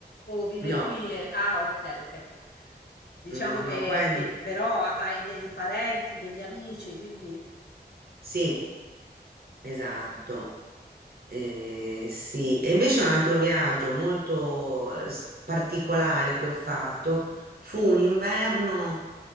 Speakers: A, on the left; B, on the right.
A: O vive
B: No,
A: qui? e- Ah, ok, ok. Diciamo
B: no, no,
A: che,
B: poi mm,
A: che però ha- hai dei parenti, degli amici, quindi
B: sì, esatto.
A: mm,
B: Eh, sì, e invece un altro viaggio molto eh, s- particolare che ho fatto fu un inverno